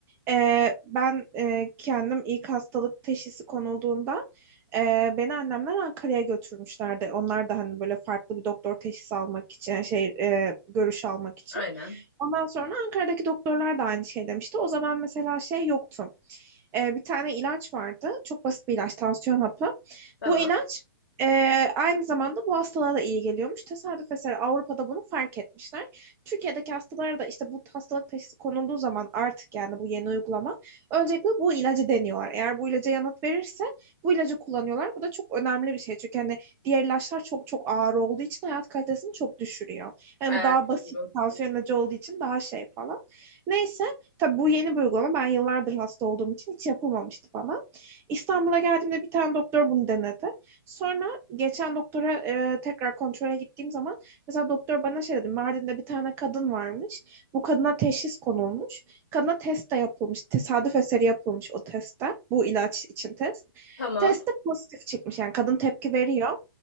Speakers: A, on the right; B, on the left.
A: e, ben e, kendim ilk hastalık teşhisi konulduğunda e, beni annemler Ankara'ya götürmüşlerdi. Onlar da hani böyle farklı bir doktor teşhisi almak için, yani şey e, görüş almak için.
B: Aynen.
A: Ondan sonra Ankara'daki doktorlar da aynı şey demişti. O zaman mesela şey yoktu. E, bir tane ilaç vardı. Çok basit bir ilaç, tansiyon hapı.
B: Tamam.
A: Bu ilaç e, aynı zamanda bu hastalığa da iyi geliyormuş. Tesadüf eseri Avrupa'da bunu fark etmişler. Türkiye'deki hastalara da işte bu hastalık teşhisi konulduğu zaman artık yani bu yeni uygulama öncelikle bu ilacı deniyorlar. Eğer bu ilaca yanıt verirse bu ilacı kullanıyorlar. Bu da çok önemli bir şey. Çünkü hani diğer ilaçlar çok çok ağır olduğu için hayat kalitesini çok düşürüyor. Yani
B: Evet
A: bu daha basit
B: doğru.
A: tansiyon ilacı olduğu için daha şey falan. Neyse tabii bu yeni bir uygulama. Ben yıllardır hasta olduğum için hiç yapılmamıştı bana. İstanbul'a geldiğimde bir tane doktor bunu denedi. Sonra geçen doktora e, tekrar kontrole gittiğim zaman Mesela doktor bana şey dedi. Mardin'de bir tane kadın varmış. Bu kadına teşhis konulmuş. Kadına test de yapılmış. Tesadüf eseri yapılmış o testte. Bu ilaç için test.
B: Tamam.
A: Testte pozitif çıkmış. Yani kadın tepki veriyor.